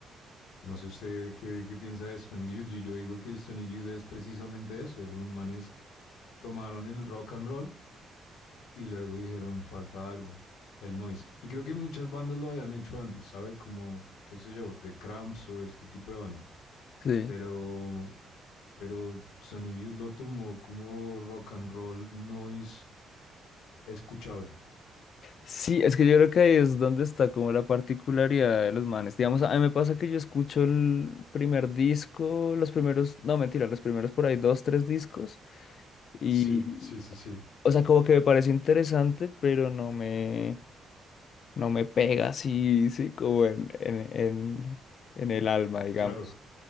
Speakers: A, on the left; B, on the left.
A: No sé usted qué, qué piensa de Sonic Youth. Yo, yo digo que Sonic Youth es precisamente eso. Los manes tomaron el rock and roll y luego dijeron, falta algo, el noise. Y creo que muchas bandas lo habían hecho antes, ¿sabe? Como, qué sé yo, de Cramps o este tipo de bandas.
B: sí.
A: Pero, pero Sonic Youth lo tomó como rock and roll noise escuchable.
B: Sí, es que yo creo que ahí es donde está como la particularidad de los manes. Digamos, a mí me pasa que yo escucho el primer disco, los primeros, no, mentira, los primeros por ahí dos, tres discos y,
A: Sí, sí, sí, sí.
B: o sea, como que me parece interesante, pero no me, no me pega así, sí, como en, en, en, en el alma, digamos.
A: Claro.